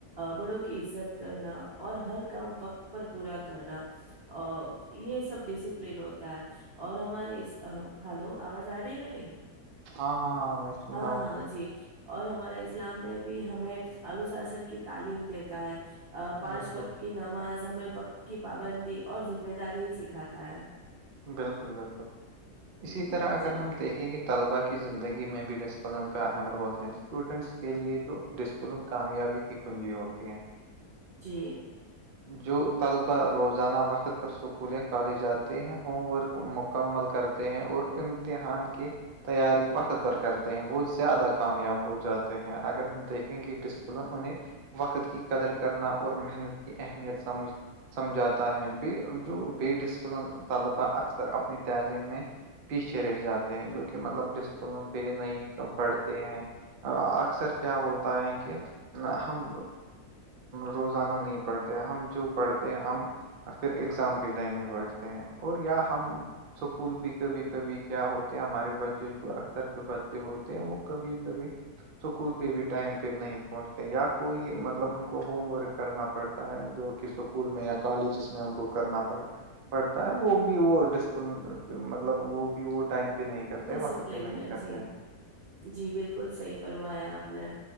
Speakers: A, on the right (about 55°); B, on the right (about 85°).
A: بڑوں کی عزت کرنا اور ہر کام وقت پر پورا کرنا ا یہ سب ڈسپلین ہوتا ہے اور ہماری ہلو آواز آ رہی ہے میری
B: ہاں ہاں ہاں میں سن
A: ہاں
B: رہا ہوں
A: ہاں جی اور ہمارے اسلام میں بھی ہمیں انوشاسن کی تعلیم دیتا ہے پانچ
B: بالکل
A: وقت کی نماز ہمیں وقت کی پابندی اور ذمہ داری ہی سکھاتا ہے
B: بالکل بالکل اسی
A: ہ
B: طرح اگر
A: جی
B: ہم دیکھیں گے طلبا کی زندگی میں بھی ڈس پلن کا اہم رول ہے اسٹوڈینٹس کے لیے جو ڈسپلن کامیابی کی کنجی ہوتی ہے ہاں <inaudible>
A: جی
B: جو طلبا روزانہ وقت پر سکول یا کالج جاتے ہیں ہوم ورک مکمل کرتے ہیں اور امتحان کے تیاری وقت پر کرتے ہیں وہ زیادہ کامیاب ہو جاتے ہیں اگر ہم دیکھیں گے ڈسپلن انہیں وقت کی قدر کرنا اور محنت کی اہمیت سمجھ سمجھاتا ہے ب جو بے ڈسپلن طلبا اکثر اپنی تعلیم میں پیچھے رہ جاتے ہیں جو کہ مطلب ڈسپلن پہ نہیں پڑھتے ہیں اکثر کیا ہوتا ہے کہ ہم روزانہ نہیں پڑھتے ہم جو پڑھتے ہیں ہم پھر ایگزام کے ٹائم میں بیھتے ہیں اور یا ہم سکول بھی کبھی کبھی کیا ہوتے ہمارے بچے کو اکثر جو بچے ہوتے ہیں وہ کبھی کبھی اسکول پہ بھی ٹائم پہ نہیں پہنچتے یا کوئی مطلب ان کو ہوم ورک کرنا پڑتا تا ہے جو کہ اسکول میں یا کالجز میں ان کو کرنا پڑے وہ بھی وہ ڈسپلن مطلب وہ بھی وہ ٹائم پہ نہیں کرتے
A: ڈسپلن
B: وقت پہ نہیں
A: میں
B: کرتے
A: جی
B: ہیں،
A: جی بالکل صحیح فرمایا آپ نے